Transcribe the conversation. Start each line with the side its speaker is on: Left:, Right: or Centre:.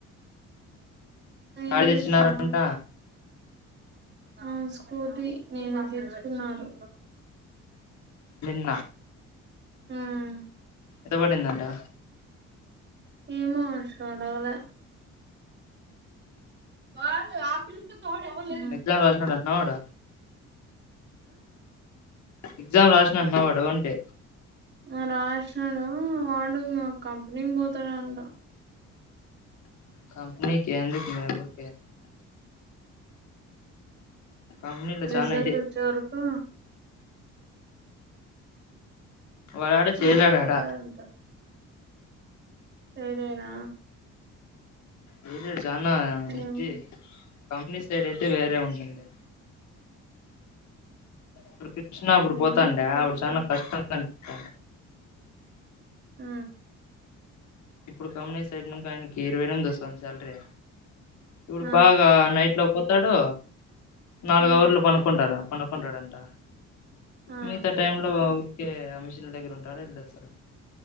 Right: ఏం
Left: యాడ
Right: చేస్తానవ్
Left: తెచ్చినారంట
Right: ఆ స్కూటీ నిన్న తేచ్చుకున్నారు
Left: నిన్న
Right: ఉమ్
Left: ఎంతపడిందంటా
Right: ఏమో అసలు అడగలే కాారు ఆపిలిలకు హు
Left: ఎగ్జామ్ రాసినాడు అంటనా వాడు ఎగ్జామ్ రాసినాడు అంటనా వాడు అంటే
Right: ఆ ఆ రాశినాడు హు వాడు గ కంపెనీకి పోతాడాంట
Left: కంపనీ కే ఎందుకనే ఊరికే కంపెనీలో
Right: రిజల్ట్
Left: చానా ఇది
Right: వచ్చే వరకు
Left: అ వాడాడ చెయ్యలేడాడ
Right: ఆడిపోతారంట సరేనా
Left: ఎం చెస్ తనా ఇజ్
Right: ఏం
Left: కంపెనీస్ సైడ్ అయితే వేరే ఉంటది కృ కృష్ణ అప్పుడు పోతాంటే
Right: ఏమో చూద్దాం
Left: అప్పుడు చాలా కష్టండి అన్ అ
Right: ఆ
Left: ఇప్పుడు కమనే సైడ్ నుంచి ఆయనకి ఇరవై రెండు వస్తాంది సాలరీ ఇప్పుడు
Right: ఆ
Left: బాగా నైట్ లో పోత్ తడు నాలుగు
Right: ఆ
Left: అవర్లు పనుకుంటారు. కొనకుంటాడంట
Right: ఆ
Left: మిగతా టైమ్ లో కే అమిషన్ దగ్గర ఉంటడు వెల్లొస్తారు.